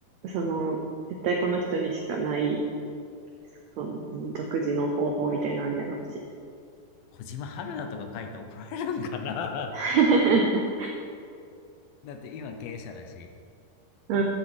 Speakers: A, on the right (about 80°); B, on the left (about 80°).
A: その、絶対この人にしかない、その、何独自の方法みたいなのあるやろうし。
B: 小島春菜とか書いて怒られるんかな
A: <laughs>
B: <laughs> だって今経営者だし。
A: う